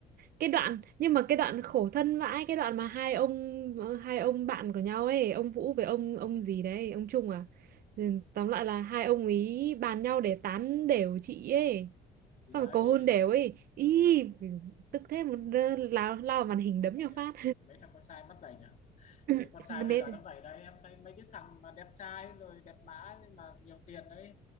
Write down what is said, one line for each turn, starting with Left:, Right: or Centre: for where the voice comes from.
Right: cái đoạn nhưng mà cái đoạn khổ thân vãi cái đoạn mà hai ông hai ông bạn của nhau ấy ông Vũ với ông ông gì đấy ông Trung à Ừ, tóm lại là hai ông ý bàn nhau để tán đều chị ấy
Left: thì
Right: xong
Left: đấy
Right: rồi cầu hôn đều ấy ý tức thế một rơ- lao lao vào màn hình đấm
Left: không
Right: nhau
Left: nhẽ
Right: phát
Left: mấy thằng con trai mắt dày nhỉ
Right: <laughs>
Left: thấy con trai
Right: mà nết
Left: bây giờ nó
Right: <laughs>
Left: dày đấy em thấy mấy cái thằng mà đẹp trai rồi đẹp mã nhưng mà nhiều tiền đấy